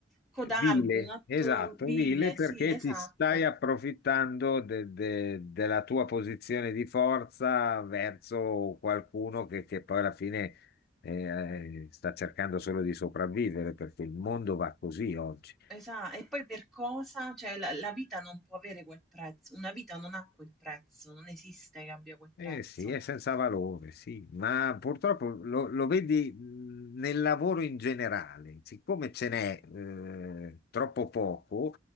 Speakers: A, in the centre; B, on the left.
A: codardo,
B: Vile,
A: un atto
B: esatto,
A: vile,
B: vile perché
A: sì, esatto.
B: ti stai approfittando de- de- della tua posizione di forza verso qualcuno che, che poi alla fine eh, eh, sta cercando solo di sopravvivere perché il mondo va così oggi.
A: Esa e poi per cosa? Cioè la la vita non può avere quel prezzo, una vita non ha quel prezzo, non esiste che abbia quel prezzo.
B: Eh sì, è senza valore, sì, ma purtroppo lo, lo vedi mh, nel lavoro in generale, siccome ce n'è eh, troppo poco,